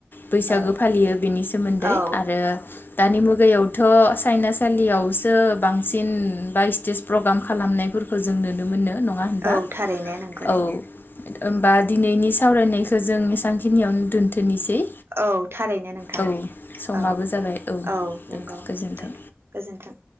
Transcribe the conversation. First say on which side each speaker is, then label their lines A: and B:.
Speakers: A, on the left; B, on the right.
A: बैसागो
B: औ
A: फालियो सोमोन्दै
B: औ
A: आरो दानि मुगायावथ' सायनासालियावसो बांसिन बा स्टेज प्रग्राम खालामनायफोरखौ जों नुनो मोनो। नङा होनबा
B: औ थारैनो नंगौ।
A: औ होमबा दिनैनि सावरायनायखौ जों एसां खिनियावनो दोनथ'नोसै।
B: औ थारैनो नों थां
A: औ समाबो
B: औ
A: जाबाय
B: औ
A: दे
B: नंगौ
A: गोजोन्थों
B: दे गोजोन्थों।